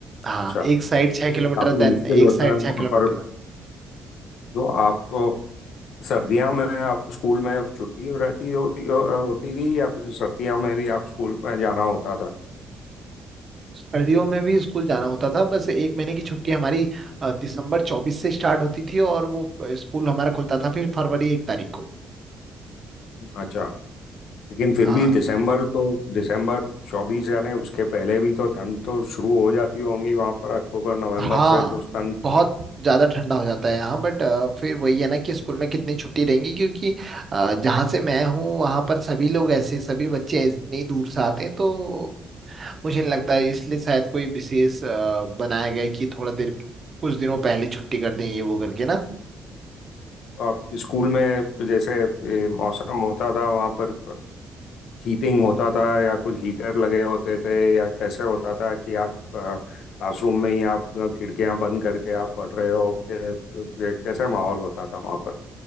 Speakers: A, on the right; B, on the left.
A: हाँ
B: अच्छा
A: एक साइड छः
B: ये
A: किलोमीटर
B: तो काफी
A: देन
B: मुश्किल
A: एक
B: होता
A: साइड
B: है
A: छः
B: वहाँ
A: किलोमीटर
B: पर तो आप तो सर्दियों में आप स्कूल में छुट्टी रहती होती होती थी या फिर सर्दियों में भी आप स्कूल में जाना होता था
A: सर्दियों में भी स्कूल जाना होता था बस एक महीने की छुट्टी हमारी अ, दिसंबर चौबीस से स्टार्ट होती थी और वो स्कूल हमारा खुलता था फिर फरवरी एक तारीख को
B: अच्छा लेकिन फिर
A: हाँ
B: भी दिसंबर तो दिसंबर चौबीस यानी उसके पहले भी तो ठंड तो शुरू हो जाती होंगी वहां पर अक्टूबर नवंबर
A: हाँ
B: से तो उस ठंड
A: बहुत ज्यादा ठंडा हो जाता है यहाँ बट फिर वही है ना कि स्कूल में कितनी छुट्टी रहेंगी क्योंकि अ, जहाँ से मैं हूँ वहाँ पर सभी लोग ऐसे सभी बच्चे इतनी दूर से आते हैं तो मुझे नहीं लगता है इसलिए शायद कोई विशेष अ, बनाया गया है कि थोड़ा देर कुछ दिनों पहले छुट्टी कर दें ये वो करके ना
B: आप स्कूल में तो जैसे ए, मौसम होता था वहाँ पर हीटिंग होता था या कुछ हीटर लगे होते थे या कैसे होता था कि आप क्लासरूम में ही आप खिड़कियां बंद करके आप पढ़ रहे हो कि- कि- कैसे माहौल होता था वहाँ पर